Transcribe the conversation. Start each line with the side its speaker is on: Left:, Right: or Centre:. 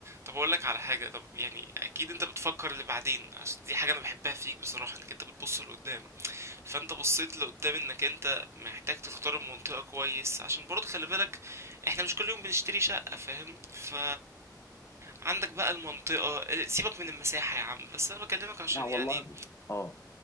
Right: طب اقول لك على حاجة طب يعني اكيد انت بتفكر لبعدين عشان دي حاجة انا بحبها فيك بصراحة انك انت بتبص لقدام فانت بصيت لقدام انك انت محتاج تختار المنطقة كويس عشان برضه خلي بالك احنا مش كل يوم بنشتري شقة فاهم ف عندك بقى المنطقة اه، سيبك من المساحة يا عم بس انا بكلمك عشان
Left: لا والله
Right: يعني
Left: بص اه